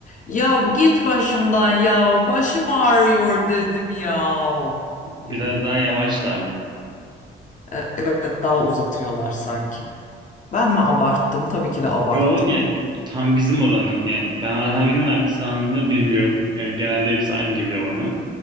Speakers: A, on the left (about 40°); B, on the right (about 20°).
A: Ya git başımdan ya başım ağrıyor dedim ya
B: Biraz
A: gibi.
B: daha yavaşlar mı?
A: E, evet daha uzatıyorlar sanki. Ben mi abarttım? Tabii ki de abarttım.
B: Yok yani tam bizim oranın yani ben Arhavin'in aksanını bilmiyorum. Yani genelde hepsi aynı geliyor bana.